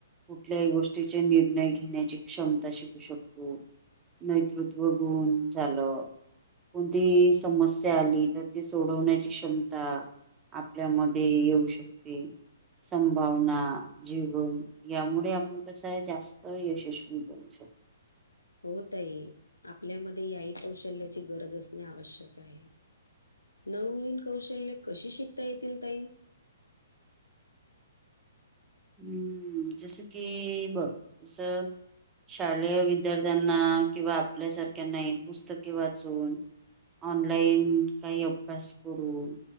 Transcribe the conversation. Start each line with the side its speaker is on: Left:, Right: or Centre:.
Right: कुठल्याही गोष्टीचा निर्णय घेण्याची क्षमता शिकू शकतो. नेतृत्व गुण झालं, कोणती समस्या आली तर ते सोडवण्याची क्षमता, आपल्यामध्ये येऊ शकते. संभावना जीवण यामुळे आपण कसं आहे जास्त यशस्वी बनू शकतो.
Left: हो ताई. आपल्यामध्ये याही कौशल्याल्याची गरज असणे आवश्यक आहे. नववीन कौशल्य कशी शिकता येतील ताई?
Right: अं जसं की बघ, जसं शालेय विद्यार्थ्यांना किंवा आपल्यासारख्यांनाही पुस्तके वाचून ऑनलाईन काही अभ्यास करून,